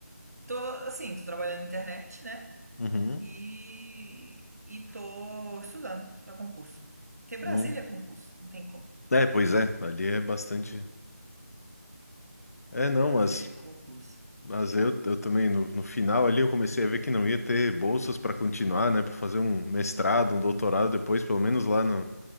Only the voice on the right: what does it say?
Tô, assim, tô trabalhando na internet, né?
E, e tô estudando pra concurso. Porque Brasília
é concurso, não tem como.
Brasília
é concurso.